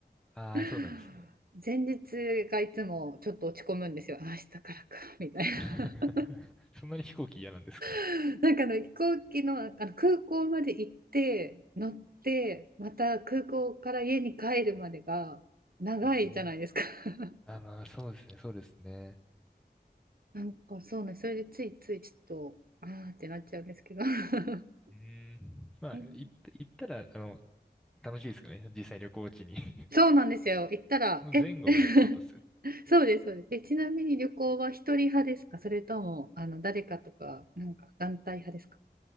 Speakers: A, in the centre; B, on the right (about 55°).
A: ああ、
B: <laughs>
A: そうなんですね。
B: 前日がいつもちょっと落ち込むんですよ。あ明日からか、みたいな。
A: <laughs> そんなに飛行機嫌なんですか
B: <laughs> なんかあの飛行機の、あの空港まで行って、乗って、また空港から家に帰るまでが長いじゃないですか。
A: うーん。
B: <laughs>
A: まあまあ、そうですね、そうですね。
B: なんかそうね、それでついついちょっと、あーってなっちゃうんですけど。<laughs>
A: うーん。まあ、
B: え
A: 行った行ったら、あの、楽しいですかね、実際旅行地に <laughs>
B: そうなんですよ。行ったら、
A: その前後がってことです
B: え <laughs> そうです、そうです。え、ちなみに旅行は一人派ですかそれとも、あの、誰かとか、なんか団体派ですか